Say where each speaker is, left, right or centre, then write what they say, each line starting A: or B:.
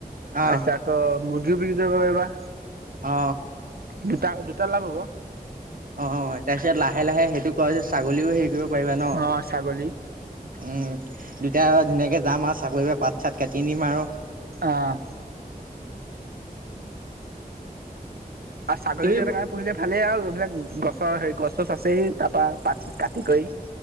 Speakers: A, on the right; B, on the right.
A: আহ
B: আ চা ক মুৰ্গীও বিকি কইব পাইবা
A: অ
B: দুটা দুটা লাভ হ'ব
A: অ তাৰপিছত লাহে লাহে সেইটো কৰা ছাগলীও হেৰি কৰিব পাৰিবা ন
B: অ ছাগলী
A: উম দুতাই আৰু ধুনীয়াকে যাম আৰু চাকৰিৰপৰা পাত চাত কাটি নিম আও
B: আহ আ ছাগলীটো
A: তুমি
B: এটা কাৰণে পুহিলে ভালে আও এইবিলাক গছৰ হেৰি গছ চছ আছেই তাৰ পৰা পাত কাটি কৰি